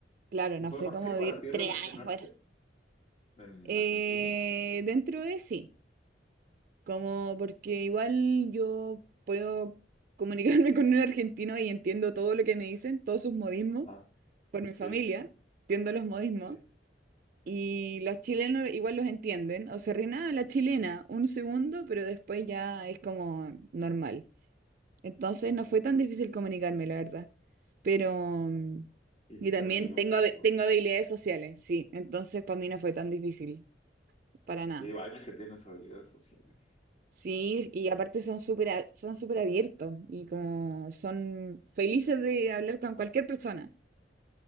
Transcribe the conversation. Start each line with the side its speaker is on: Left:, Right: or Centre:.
Right: claro,
Left: ¿Y
Right: no
Left: fue
Right: fue
Left: fácil
Right: como
Left: para
Right: vivir
Left: ti
Right: tres
Left: relacionarte
Right: años fuera.
Left: en
Right: Eh,
Left: Argentina?
Right: dentro de sí. Como porque igual yo puedo comunicarme <laughs> con un argentino y entiendo todo lo que me dicen, todos sus modismos,
Left: Ajá,
Right: por mi
Left: sí,
Right: familia, entiendo los modismos.
Left: sí.
Right: Y los chilenos igual los entienden, o se ríen "Ah, la chilena un segundo, pero después ya es como normal. Entonces
Left: Ajá.
Right: no fue tan difícil comunicarme, la verdad. Pero,
Left: Ya.
Right: mm,
Left: Hiciste
Right: y también
Left: amigos
Right: tengo,
Left: y
Right: habi-
Left: todo
Right: tengo
Left: eso.
Right: habilidades sociales, sí, entonces para mí no fue
Left: Ajá.
Right: tan difícil, para
Left: Sí,
Right: nada.
Left: vaya que tienes habilidades sociales.
Right: Sí, y aparte son súper a- son súper abiertos y como son felices de hablar con cualquier persona.